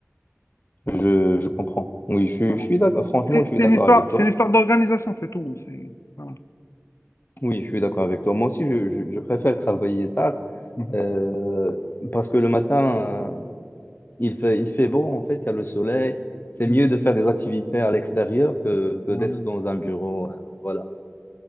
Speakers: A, on the left; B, on the left.
A: je, je comprends. Oui, je,
B: Voilà.
A: je suis d'accord. Franchement,
B: C'est
A: je
B: c'est
A: suis d'accord
B: une histoire,
A: avec toi.
B: c'est une histoire d'organisation, c'est tout. C'est, voilà.
A: Oui, je suis d'accord avec toi. Moi aussi, je, je, je préfère travailler tard
B: Mhm,
A: Euh, parce que le matin, euh, il fait, il fait beau, en fait, il y a le soleil. C'est
B: mhm.
A: mieux de faire des activités à l'extérieur que, que
B: Voilà.
A: d'être dans un bureau. euh, voilà.